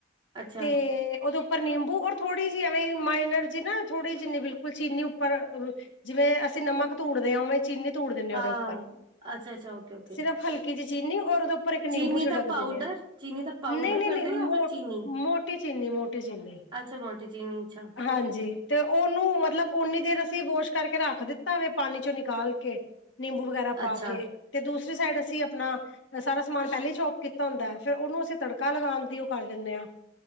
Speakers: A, on the right; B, on the left.
A: ਅੱਛਾ
B: ਤੇ ਉਹਦੇ ਉਪਰ ਨਿੰਬੂ ਔਰ ਥੋੜੀ ਜਿਹੀ ਐਵੇਂ ਮਾਈਨਰ ਜੀ ਨਾ ਥੋੜੀ ਜਿਨੀ ਬਿਲਕੁਲ ਚੀਨੀ ਉੱਰ ਪਰ ਜਿਵੇਂ ਅਸੀਂ ਨਮਕ ਥੁੜਦੇ ਆਂ ਉਵੇਂ ਚੀਨੀ ਥੁੜ ਦਿੰਨੇ ਆਂ
A: ਹਾਂ
B: ਉਹਦੇ ਉੱਪਰ,
A: ਅੱਛਾ ਅੱਛਾ ਓਕੇ ਓਕੇ
B: ਸਿਰਫ਼ ਹਲਕੀ ਚ ਚੀਨੀ ਔਰ ਉਹਦੇ ਉੱਪਰ ਇੱਕ ਨਿੰਬੂ
A: ਚੀਨੀ
B: ਛਿੜਕ
A: ਦਾ ਪਾਊਡਰ
B: ਦਿੰਣੇ ਆ,
A: ਚੀਨੀ ਦਾ ਪਾਊਡਰ
B: ਨਹੀਂ ਨਹੀਂ
A: ਕਰਦੇ
B: ਨਹੀਂ
A: ਹੋ ਜਾਂ ਫਿਰ ਚੀਨੀ
B: ਮੋਟੀ ਚੀਨੀ ਮੋਟੀ ਚੀਨੀ
A: ਅੱਛਾ ਮੋਟੀ ਜੀਨੀ ਚਾ
B: ਹਾਂਜੀ ਤੇ ਉਹਨੂੰ ਮਤਲਬ ਉਨੀ ਦੇਰ ਅਸੀਂ ਵੋਸ਼ ਕਰਕੇ ਰੱਖ ਦਿੱਤਾ ਵੇ, ਪਾਣੀ ਚੋਂ ਨਿਕਾਲ ਕੇ ਨਿੰਬੂ ਵਗੈਰਾ ਪਾ
A: ਅੱਛਾ
B: ਕੇ, ਤੇ ਦੂਸਰੀ ਸਾਈਡ ਅਸੀਂ ਆਪਣਾ ਸਾਰਾ ਸਮਾਨ ਪਹਿਲਾਂ ਹੀ ਚੋਪ ਕੀਤਾ ਹੁੰਦਾ, ਫਿਰ ਉਹਨੂੰ ਅਸੀਂ ਤੜਕਾ ਲਗਾਉਣ ਦੀ ਉਹ ਕਰ ਦਿੰਦੇ ਹਾਂ